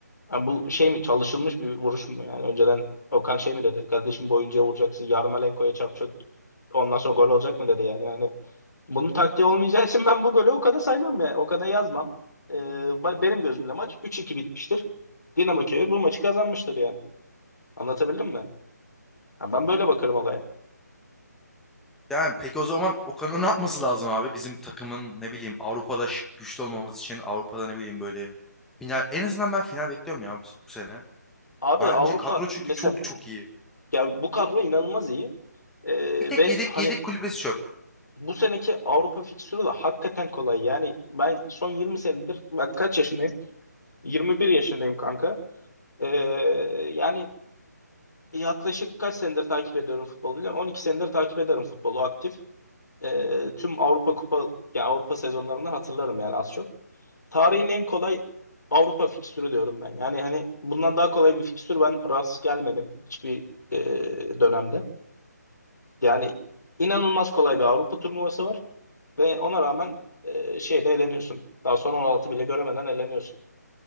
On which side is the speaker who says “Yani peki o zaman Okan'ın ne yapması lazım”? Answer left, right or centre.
Centre